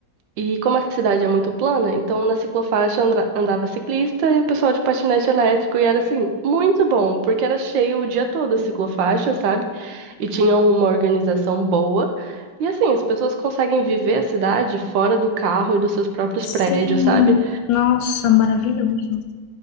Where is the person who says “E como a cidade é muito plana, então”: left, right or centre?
Right